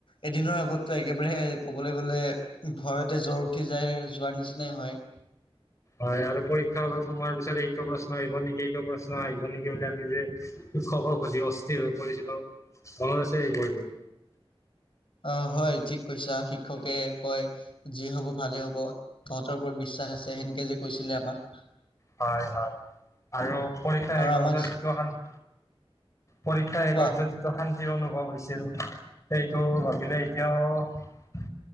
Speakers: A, on the left (about 60°); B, on the left (about 30°).
A: এদিনৰ আগততো একেবাৰেহ ক'বলৈ গ'লে ভয়তে জ্বৰ উঠি যায়, যোৱাৰ নিচিনাই হয়।
B: হয় আৰু পৰীক্ষা হলত সোমোৱাৰ পিছত এইটো প্ৰশ্ন আহিব নেকি, এইটো প্ৰশ্ন আহিব নেকি বুলি আমি যে শিক্ষকক অধি অস্থিৰ হৈ পৰিছিলো, মনত আছে এইবোৰতে?
A: অ হয় ঠিক কৈছা, শিক্ষকে কয় যি হব ভালেই হব, তহঁতৰ ওপৰত বিশ্বাস আছে সেনেকে যে কৈছিলে আমাক।
B: হয় হয় আৰু পৰীক্ষা
A: আৰু
B: শেষ
A: আমাক
B: হোৱাৰ যিটো শান পৰীক্ষা শেষ হোৱাৰ
A: কোৱা
B: পিছত টো শান্তিৰ অনুভৱ হৈছিল সেইটো ভাবিলে এতিয়াও